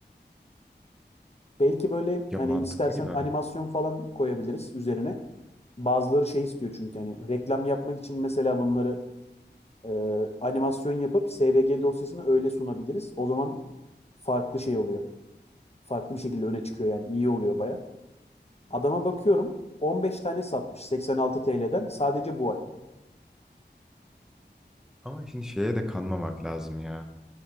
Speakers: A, on the left; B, in the centre.
A: Belki böyle
B: Ya
A: hani
B: mantıklı
A: istersen
B: gibi.
A: animasyon falan koyabiliriz üzerine. Bazıları şey istiyor çünkü hani reklam yapmak için mesela bunları e, animasyon yapıp SVG dosyasını öyle sunabiliriz. O zaman farklı şey oluyor. Farklı bir şekilde öne çıkıyor yani iyi oluyor baya. Adama bakıyorum 15 tane satmış 86 TL'den sadece bu ay.
B: Ama şimdi şeye de kanmamak lazım ya.